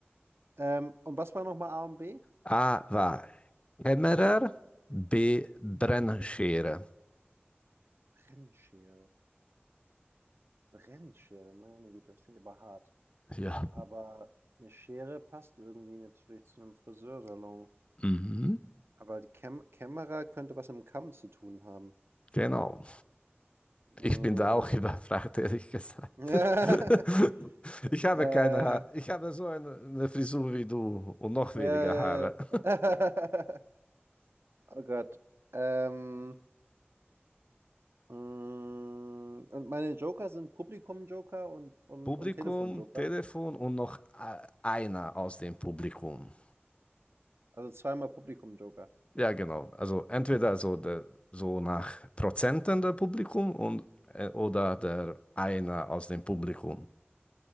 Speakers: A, on the right; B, on the left.
A: Ähm, und was war nochmal A und B?
B: A war Kämmerer, B Brennschere.
A: Brennschere. Brennschere, meine Güte, das klingt aber hart.
B: Ja.
A: Aber eine Schere passt irgendwie natürlich zu einem Friseursalon.
B: Mhm.
A: Aber die Käm Kämmerer könnte was mit dem Kamm zu tun haben.
B: Genau.
A: Mm,
B: Ich bin da auch <laughs> überfragt, ehrlich gesagt.
A: <laughs>
B: <laughs> Ich habe
A: Äh,
B: keine Haare. Ich habe so eine, eine Frisur wie du und noch
A: ja,
B: weniger
A: ja,
B: Haare. <laughs>
A: ja. <laughs> Oh Gott. Ähm, mm, und meine Joker sind Publikum-Joker und, und,
B: Publikum,
A: und Telefon-Joker.
B: Telefon und noch a- einer aus dem Publikum.
A: Also zweimal Publikum-Joker.
B: Ja, genau. Also entweder so, der, so nach Prozenten der Publikum und, äh, oder der einer aus dem Publikum.